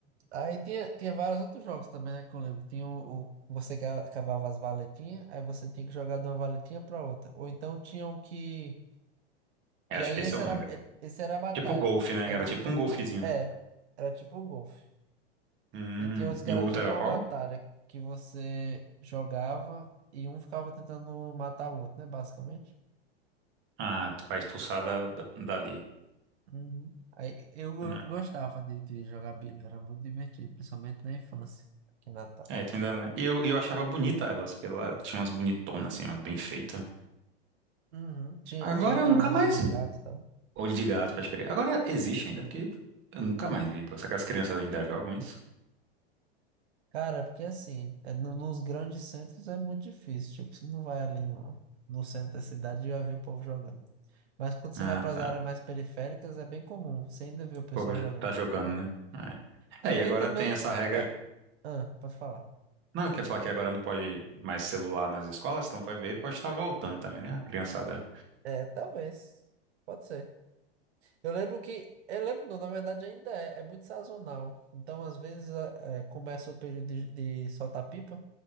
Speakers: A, on the right; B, on the right.
A: Aí tinha, tinha vários outros jogos também, né, que eu lembro. Tinha o, o- você ca- cavava as valetinhas, aí você tinha que jogar de uma valetinha pra outra. Ou então tinham que,
B: Eu
A: que
B: acho
A: aí
B: que esse
A: esse
B: eu
A: era,
B: lembro.
A: eh, esse era a batalha,
B: Tipo golfe, né?
A: era
B: Era tipo
A: um contra
B: um golfezinho.
A: o outro. É,
B: né?
A: era tipo um golfe.
B: Hum.
A: E tinha outros que
B: E
A: era
B: o outro
A: tipo
B: era
A: uma
B: qual?
A: batalha, que você jogava e um ficava tentando matar o outro, né, basicamente.
B: Ah, pra expulsar da, da- dali.
A: Uhum. Aí eu go-
B: Hum.
A: gostava de, de jogar bilha, era muito divertido, principalmente na infância, aqui em Natal.
B: É, tu ainda lembra. E eu, e eu achava bonita elas, porque ela tinha umas bonitonas, assim, umas bem feitas.
A: Uhum. Tinha,
B: Agora
A: tinha aquelas
B: eu nunca mais.
A: olhos de gato e tal.
B: Olho de gato, pode crer. Agora existe ainda, porque eu nunca mais vi. Pô. Será que as crianças ainda jogam isso?
A: Cara, é porque assim, é, no- nos grandes centros é muito difícil. Tipo, você não vai ali no, no centro da cidade e vai ver o povo jogando. Mas quando você
B: Ah,
A: vai para
B: tá.
A: as áreas mais periféricas, é bem comum. Você ainda vê o pessoal
B: O povo jo-
A: jogando.
B: tá jogando, né?
A: É
B: É. É,
A: porque
B: e agora
A: também.
B: tem essa regra.
A: É, ah, pode falar.
B: Não, eu queria falar que agora não pode mais celular nas escolas, então vai ver, pode estar voltando também, né? A criançada.
A: É, talvez. Pode ser. Eu lembro que. Eu lembro, não, na verdade ainda é, é muito sazonal. Então, às vezes, a- é, começa o período de, de soltar pipa,